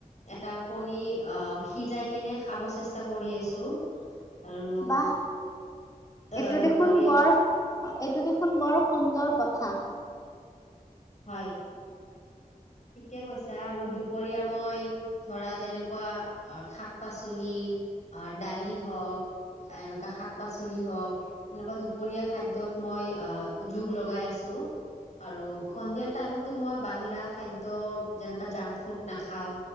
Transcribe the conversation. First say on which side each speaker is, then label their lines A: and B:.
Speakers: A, on the left; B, on the left.
A: এটা কণী আহ সিজাই কেনে খাব চেষ্টা কৰি আছো আৰু
B: বাহ
A: আহ
B: এইটো
A: দুপৰীয়া
B: দেখোন বৰ এইটো দেখোন বৰ সুন্দৰ কথা।
A: হয়, ঠিকে কৈছা আৰু দুপৰীয়া মই ধৰা যেনেকুৱা আ শাক-পাচলি আহ দালি হওক এনেকুৱা শাক-পাচলি হওক এনেকুৱা দুপৰীয়া খাদ্যত মই আহ যোগ লগাই আছো আৰু সন্ধিয়া টাইমতো মই বাহিৰা খাদ্য যেনেকা জাংক ফুড নাখাওঁ